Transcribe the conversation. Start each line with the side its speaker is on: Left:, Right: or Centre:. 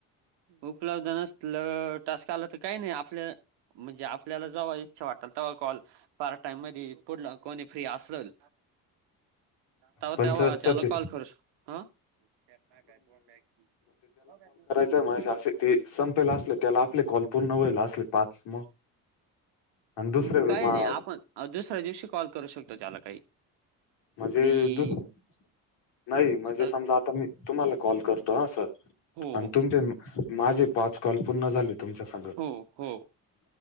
Right: उपलब्ध नसलं टास्क आला तर काही नाही आपलं म्हणजे आपल्याला जवा इच्छा वाटलं तवा कॉल पार्टी टाइम मधी पुढंल कोणी फ्री असलं तवा
Left: पण
Right: तेवा
Left: सर सर
Right: त्याला
Left: ते
Right: कॉल करू शक.. हा. <unintelligible>
Left: समजा असं ती संपेल असले त्याला आपले कॉल पूर्ण व्हायला असले पाच मग आणि दुसरे
Right: म काही
Left: मा-
Right: नाही आपण दुसऱ्या दिवशी कॉल करू शकतो त्याला काही.
Left: म्हणजे
Right: आणि
Left: दुसं नाही म्हणजे
Right: अ,
Left: समजा आता मी तुम्हाला कॉल करतो हा सर
Right: हो
Left: आणि
Right: हो
Left: तुमचे माझे पाच कॉल पूर्ण झाले तुमच्या संग
Right: हो हो